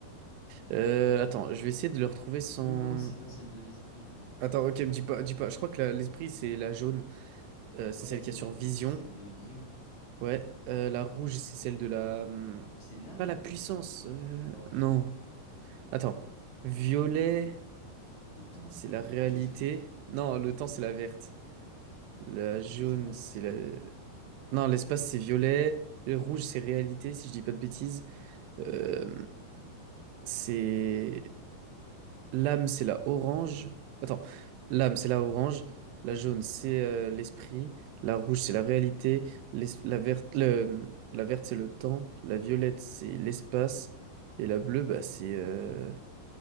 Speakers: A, on the right (about 85°); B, on the left (about 45°).
A: Euh, attends, je vais essayer de le retrouver sans...
B: Non, c'est pas celle de l'esprit, non.
A: Attends, ok, me dis pas, dis pas. Je crois que la- l'esprit, c'est la jaune.
B: Ouais,
A: Euh, c'est celle
B: c'est
A: qui a sur
B: la jaune,
A: Vision.
B: c'est celle de Vision.
A: Ouais, euh, la rouge, c'est celle de la... hum,
B: C'est l'âme?
A: Pas la puissance. euh,
B: Oh,
A: Non.
B: je sais pas. Oh.
A: Attends. Violet,
B: Le temps?
A: c'est la réalité.
B: <laughs> Je vais tout dire.
A: Non, le temps, c'est la verte. La jaune,
B: L'espace.
A: c'est la... Non, l'espace, c'est violet. Le rouge, c'est réalité, si je dis pas de bêtises. Euh, c'est... L'âme, c'est la orange. Attends, l'âme, c'est la orange. La jaune, c'est euh, l'esprit. La rouge, c'est la réalité. L'es- La verte, le- la verte, c'est le temps. La violette, c'est l'espace. Et la bleue, bah, c'est... euh,